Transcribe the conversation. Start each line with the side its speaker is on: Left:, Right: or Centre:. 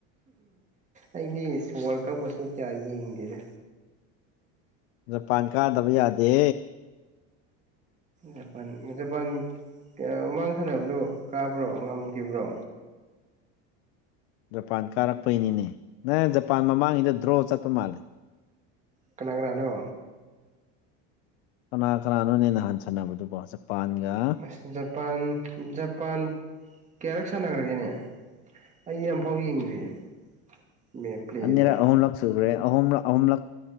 Right: ꯑꯩꯗꯤ ꯋꯥꯔꯜ ꯀꯞꯁꯦ ꯀꯌꯥ ꯌꯦꯡꯒꯦꯗꯦ
Left: ꯖꯄꯥꯟ ꯀꯥꯗꯕ ꯌꯥꯗꯦ
Right: ꯖꯄꯥꯟ ꯖꯄꯥꯟ ꯀꯌꯥ ꯃꯃꯥꯡ ꯁꯥꯟꯅꯕꯗꯣ ꯀꯥꯕ꯭ꯔꯣ ꯉꯝꯈꯤꯕ꯭ꯔꯣ
Left: ꯖꯄꯥꯟ ꯀꯥꯔꯛꯄꯩꯅꯤꯅꯦ ꯅꯪ ꯖꯄꯥꯟ ꯃꯃꯥꯡꯉꯩꯗ ꯗ꯭ꯔꯣ ꯆꯠꯄ ꯃꯥꯜꯂꯦ
Right: ꯀꯅꯥꯒ꯭ꯔꯥꯅꯣ
Left: ꯀꯅꯥ ꯀꯅꯥꯅꯣ ꯅ ꯅꯍꯥꯟ ꯁꯟꯅꯅꯕꯗꯨ ꯕꯣꯠꯁꯦ ꯄꯥꯟꯒ
Right: ꯑꯁ ꯖꯄꯥꯟ ꯖꯄꯥꯟ ꯀꯦꯔꯛ ꯁꯥꯟꯅꯈ꯭ꯔꯒꯦꯅꯦ ꯑꯩ ꯌꯥꯝꯐꯥꯎ ꯌꯦꯡꯗ꯭ꯔꯤꯌꯦ ꯃꯦ ꯄ꯭ꯂꯦꯗꯣ
Left: ꯑꯅꯤꯔꯛ ꯑꯍꯨꯝꯂꯛ ꯁꯨꯈ꯭ꯔꯦ ꯑꯍꯨꯝꯂꯛ ꯑꯍꯨꯝꯂꯛ